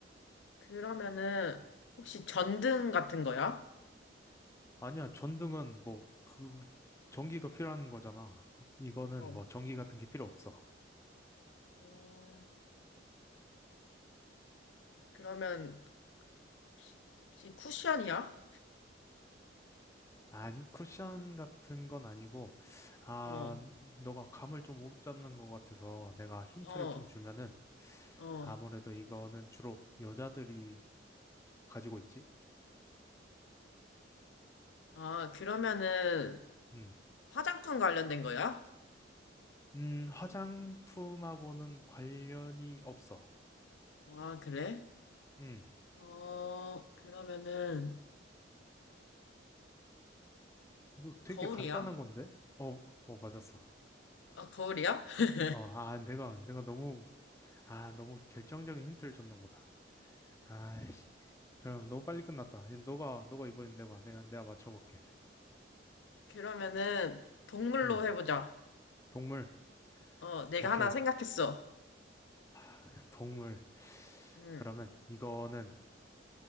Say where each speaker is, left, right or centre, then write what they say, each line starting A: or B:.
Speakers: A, on the left; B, on the left.
A: 그러면은 혹시 전등 같은 거야?
B: 아니야, 전등은 뭐, 그, 전기가 필요한 거잖아. 이거는
A: 어.
B: 뭐, 전기 같은 게 필요 없어.
A: 음, 그러면 혹시, 혹시 쿠션이야?
B: 아니, 쿠션 같은 건 아니고, 아,
A: 어,
B: 너가 감을 좀 못 잡는 것 같아서 내가 힌트를
A: 어,
B: 좀 주면은,
A: 어.
B: 아무래도 이거는 주로 여자들이 가지고 있지?
A: 아, 그러면은
B: 음.
A: 화장품 관련된 거야?
B: 음, 화장품하고는 관련이 없어.
A: 아, 그래?
B: 음.
A: 어, 그러면은
B: 이거 되게
A: 거울이야?
B: 간단한 건데? 어, 어, 맞았어.
A: 아, 거울이야? <laughs>
B: 어, 아, 내가, 내가 너무, 아, 너무 결정적인 힌트를 줬나 보다. 아이씨, 그럼 너무 빨리 끝났다. 이- 너가, 너가 이번엔 내봐. 내가, 내가 맞춰볼게.
A: 그러면은 동물로
B: 음,
A: 해보자.
B: 동물.
A: 어, 내가
B: 오케이.
A: 하나 생각했어.
B: <laughs> 동물.
A: 음,
B: 그러면 이거는,